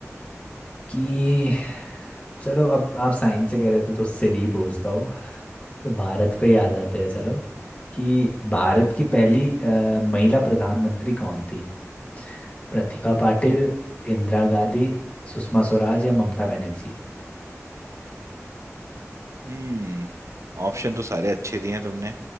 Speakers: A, on the left; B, on the right.
A: कि चलो अब आप साइंस से कह रहे थे तो उससे नहीं पूछता हूँ तो भारत पे याद आते हैं चलो कि भारत की पहली अ, महिला प्रधानमंत्री कौन थी प्रतिभा पाटिल इंदिरा गांधी सुषमा स्वराज या ममता बनर्जी
B: हम्म ऑप्शन तो सारे अच्छे दिए हैं तुमने